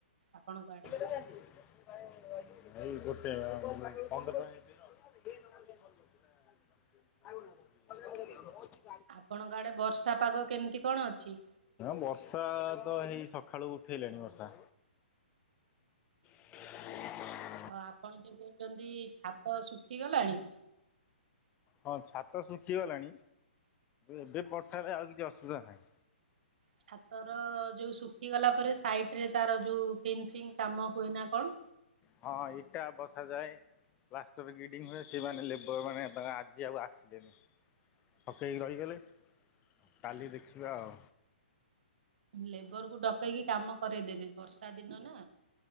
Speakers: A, on the right; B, on the left.
A: ଆପଣଙ୍କ ଆଡେ?
B: <inaudible> <unintelligible> <inaudible>
A: ଆପଣଙ୍କ ଆଡେ ବର୍ଷା ପାଗ କେମିତି କ'ଣ ଅଛି?
B: ବର୍ଷା ତ ହେଇ ସକାଳୁ ଉଠେଇଲାଣି ବର୍ଷା। <inaudible>
A: ଆଉ ଆପଣ ଯୋଉ କହୁଛନ୍ତି ଛାତ ଶୁଖିଗଲାଣି।
B: ହଁ ଛାତ ଶୁଖିଗଲାଣି ଏବେ ବର୍ଷା ହେଲେ ଆଉ କିଛି ଅସୁବିଧା ନାହିଁ।
A: ଛାତର ଯୋଉ ଶୁଖିଗଲା ପରେ ସାଇଡରେ ତାର ଯୋଉ ଫେନ୍ସିଂ କାମ ହୁଏ ନା କ'ଣ?
B: ହଁ ଇଟା ବସାଯାଏ। ଲାଷ୍ଟର ଗିଡିଙ୍ଗ ହୁଏ। ସେମାନେ ଲେବରମାନେ ତାଙ୍କ ଆଜି ଆଉ ଆସିଲେନି। ପକେଇକି ରହିଗଲେ କାଲି ଦେଖିବା ଆଉ।
A: ଲେବର କୁ ଡକେଇକି କାମ କରେଦେବେ। ବର୍ଷା ଦିନ ନା